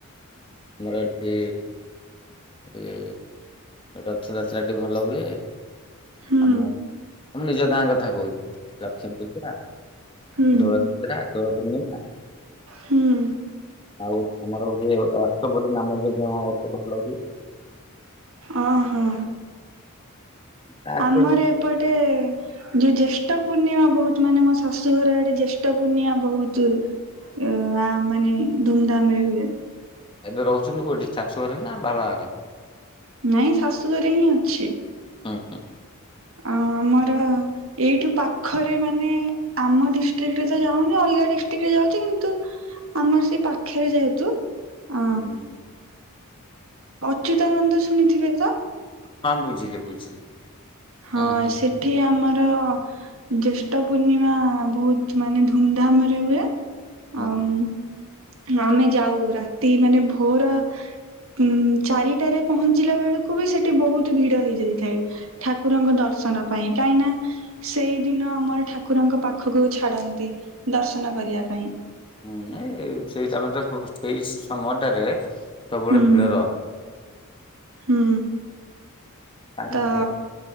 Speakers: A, on the left; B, on the right.
A: ଆମର ଏଠି ଏ ରଥଯାତ୍ରାଟି ଭଲ ହୁଏ।
B: ହୁଁ
A: ଆମ ଆମ ନିଜ ଗାଁ କଥା କହୁଛି ଲକ୍ଷ୍ମୀ ପୂଜା
B: ହୁଁ।
A: ଦୋଳଯାତ୍ରା ଦୋଳ ପୁର୍ଣ୍ଣିମା
B: ହୁଁ
A: ଆଉ ଆମର ହୁଏ ଗୋଟେ ଅଷ୍ଟପ୍ରହରୀ ନାମ ଯଗ୍ୟଂ ଗୋଟେ ଭଲ ହୁଏ।
B: ଓ ହୋ
A: ତାଠୁ
B: ଆମର
A: ଏମିତି
B: ଏପଟେ ଯୋଉ ଜ୍ୟେଷ୍ଠ ପୂର୍ଣ୍ଣିମା ବହୁତ ମାନେ ମୋ ଶାଶୁଘର ଆଡେ ଜ୍ୟେଷ୍ଠ ପୂର୍ଣ୍ଣିମା ବହୁତ ଇଅ ମାନେ ଧୁମଧାମ ରେ ହୁଏ।
A: ଏବେ ରହୁଛନ୍ତି କେଉଁଠି ଶାଶୁ ଘରେ ନା ବାବାଘରେ?
B: ନାଇଁ ଶାଶୁଘରେ ହିଁ ଅଛି।
A: ହଁ ହଁ।
B: ଆଉ ଆମର ଏଇଠୁ ପାଖରେ ମାନେ ଆମ ଡିଷ୍ଟକ ରେ ତ ଯାଉନି ଅଲଗା ଡିଷ୍ଟ୍ରିକ୍ଟ ରେ ଯାଉଛି କିନ୍ତୁ ଆମର ସେଇ ପାଖରେ ଯେହେତୁ ଅ
A: ହୁଁ।
B: ଅଚ୍ୟୁତାନନ୍ଦ ଶୁଣିଥିବେ ତ?
A: ହଁ ବୁଝିଲି ବୁଝିଲି।
B: ହଁ
A: ହୁଁ ହୁଁ
B: ସେଠି ଆମର ଜେଷ୍ଠ ପୂର୍ଣ୍ଣିମା ବହୁତ ମାନେ ଧୁମଧାମ ରେ ହୁଏ।
A: ହୁଁ
B: ଆଉ ଆମେ ଯାଉ ରାତି ମାନେ ଭୋର ଉଁ ଚାରିଟାରେ ପହଞ୍ଚିଲା ବେଳକୁ ବି ସେଠି ବହୁତ ଭିଡ ହେଇଯାଇଥାଏ। ଠାକୁରଙ୍କ ଦର୍ଶନ ପାଇଁ କାହିଁକି ନା ସେଇ ଦିନ ଆମର ଠାକୁରଙ୍କ ପାଖକୁ ଛାଡନ୍ତି ଦର୍ଶନ କରିବା ପାଇଁ।
A: ହୁଁ ନାଇଁ ସେଇଟମେ ତ ସେଇ ସମୟଟାରେ ସବୁ
B: ହୁଁ
A: ବେଳେ ଭିଡ ରହେ
B: ହୁଁ
A: ରହେ
B: ତ